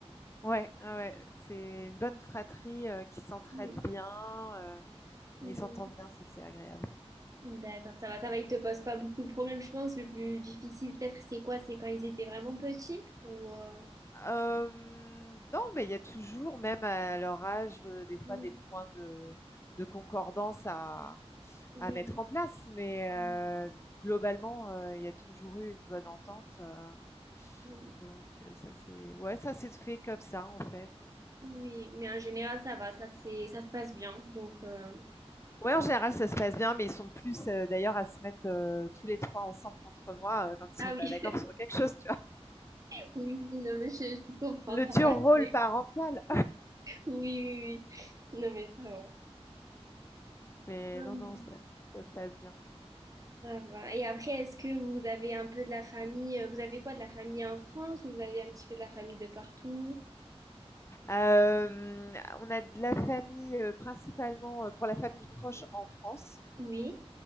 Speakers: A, on the left (about 25°); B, on the right (about 30°).
A: Ouais, ouais, ouais, c'est une bonne fratrie, heu, qui s'entraide
B: Oui.
A: bien, heu
B: oui.
A: et ils s'entendent bien, ça c'est agréable.
B: D'accord, ça va, ça va. Ils te posent pas beaucoup de problèmes, je pense. Le plus difficile, peut-être, c'est quoi? C'est quand ils étaient vraiment petits ou... euh,
A: Hem, non, mais il y a toujours, même à leur âge, heu, des fois
B: Oui.
A: des points de de concordance à
B: Oui.
A: à mettre en place, mais
B: Ah
A: heu, globalement, heu, il y a toujours eu une bonne entente, heu,
B: oui.
A: donc heu, ça c'est ouais, ça c'est fait comme ça, en fait.
B: Oui, mais en général, ça va, ça c'est, ça se passe bien. Donc, euh,
A: Ouais, en général, ça se passe bien, mais ils sont plus, heu, d'ailleurs à se mettre, heu, tous les 3 ensemble contre moi, heu, quand
B: ah
A: ils sont pas
B: oui,
A: d'accord sur quelque chose,
B: <laughs> oui, oui, non, mais je, je comprends,
A: Le
B: ça
A: dur
B: va.
A: rôle
B: Oui,
A: parental.
B: oui, oui, non, mais ça va.
A: Mais
B: Hum,
A: non, non, ça, ça se passe bien.
B: Ça va. Et après, est-ce que vous avez un peu de la famille, euh, vous avez quoi, de la famille en France? Vous avez un petit peu de la famille de partout?
A: Hem, on a de la famille, heu, principalement, heu, pour la famille proche en France.
B: Oui,